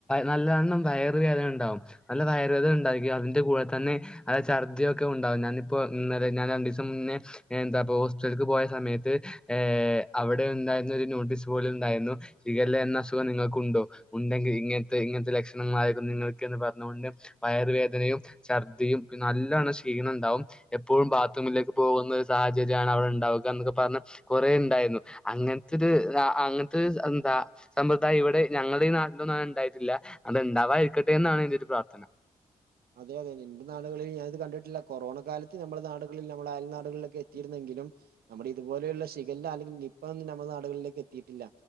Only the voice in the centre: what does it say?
നല്ലവണ്ണം വയറ് വേദന ഉണ്ടാകും നല്ല വയറ് വേദന ഉണ്ടായിരിക്കും അതിന്റെ കൂടെ തന്നെ ഛർദ്ദിയൊക്കെ ഉണ്ടാകും ഞാനിപ്പോ ഇന്നലെ ഞാൻ രണ്ടു ദിവസം മുന്നേ എന്താ ഹോസ്പിറ്റലേക്ക് പോയ സമയത്ത് ഏ അവിടെ ഉണ്ടായിരുന്ന ഒരു നോട്ടീസ് ബോർഡിൽ ഉണ്ടായിരുന്നു ഷിഗലാ എന്ന അസുഖം നിങ്ങൾക്കുണ്ടോ ഉണ്ടെങ്കിൽ ഇങ്ങനത്തെ ഇങ്ങനത്തെ ലക്ഷണങ്ങള് ആയിരിക്കും നിങ്ങൾക്ക്ന്ന് പറഞ്ഞൊണ്ട് വയറുവേദനയും ഛർദിയുംപിന്നെ നല്ലവണ്ണം ക്ഷീണ മുണ്ടാവും എപ്പോഴും ബാത്റൂമിലേക്ക് പോകുന്ന ഒരു സാഹചര്യമാണ് അവിടെ ഉണ്ടാവുക എന്നൊക്കെ പറഞ്ഞ് കുറെ ഉണ്ടായിരുന്നു അങ്ങനെത്തെയൊരു അങ്ങനത്തെ ഒരു എന്താ സമ്പ്രദായം ഇവിടെ ഞങ്ങളടെ ഈ നാട്ടിലൊ ന്നും ഉണ്ടായിട്ടില്ല അത് ഉ ണ്ടാവാതിരിക്കട്ടെ എന്നാണ് എന്റെ ഒരു പ്രാർഥന